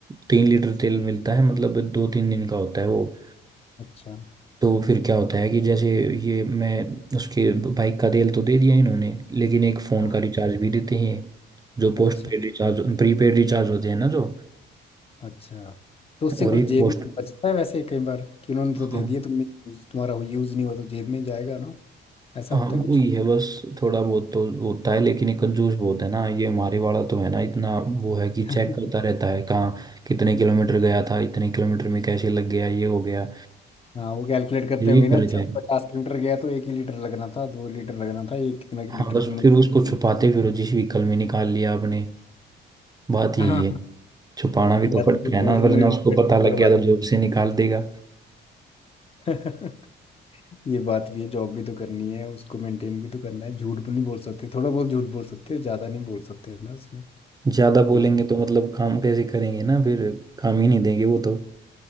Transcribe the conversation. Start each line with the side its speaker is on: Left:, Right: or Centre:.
Right: तीन लीटर तेल मिलता है मतलब दो तीन दिन का होता है वो
Left: अच्छा
Right: तो फिर क्या होता है कि जैसे ये मैं उसके बाइक का तेल तो दे दिया इन्होंने लेकिन एक फ़ोन
Left: हाँ
Right: का रिचार्ज भी देते हैं जो पोस्ट
Left: अच्छा
Right: पेड recharge prepaid recharge होते हैं ना जो
Left: अच्छा तो उससे
Right: और
Left: कुछ
Right: एक
Left: जेब
Right: पोस्ट
Left: में बचता है वैसे कई बार कि उन्होंने
Right: हाँ
Left: तो दे दिए तुमने use- तुम्हारा यूज नहीं हुआ तो जेब में ही जाएगा ना ऐसा
Right: हाँ
Left: होता है कुछ
Right: वही है बस थोड़ा बहुत तो होता है लेकिन ये कंजूस बहुत है ना ये हमारे वाला तो है ना इतना वो है कि
Left: <laughs>
Right: चेक करता रहता है कहाँ कितने किलोमीटर गया था इतने किलोमीटर में कैसे लग गया ये हो गया
Left: हाँ वो कैलकुलेट करते
Right: यही
Left: होंगे ना
Right: फर्क
Left: अच्छा
Right: है
Left: पचास किलोमीटर गया तो एक ही लीटर लगना था दो लीटर लगना था ये कितना लीटर
Right: हाँ बस
Left: तुमने
Right: फिर
Left: <laughs>
Right: उसको छुपाते फिर वो जिस व्हीकल में निकाल लिया आपने बात यही
Left: हाँ
Right: है छुपाना भी तो
Left: या
Right: पड़ता
Left: तो फिर
Right: है
Left: बोतल
Right: ना वरना
Left: में
Right: उसको
Left: पेट्रोल
Right: पता
Left: भरवा
Right: लग गया तो जॉब से निकाल देगा
Left: दो <laughs> ये बात भी है जॉब भी तो करनी है उसको मेंटेन भी तो करना है झूठ भी नहीं बोल सकते थोड़ा बहुत झूठ बोल सकते हैं ज्यादा नहीं बोल सकते ना उसमें
Right: ज्यादा बोलेंगे
Left: ये भी
Right: तो मतलब काम कैसे करेंगे ना फिर काम ही नहीं देंगे वो तो